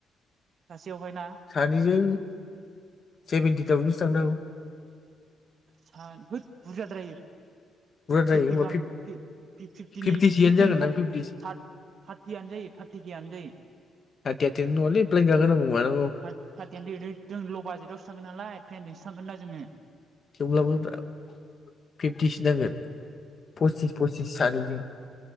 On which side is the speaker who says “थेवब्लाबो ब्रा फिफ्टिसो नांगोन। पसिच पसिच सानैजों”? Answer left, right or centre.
Left